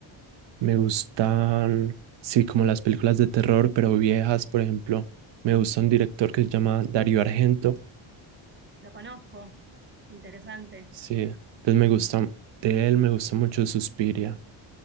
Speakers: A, on the right; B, on the right.
A: Me gustan, sí, como las películas de terror, pero viejas, por ejemplo. Me gusta un director que se llama Dario Argento.
B: Lo conozco. Interesante.
A: Sí, entonces me gusta, de él me gusta mucho Suspiria.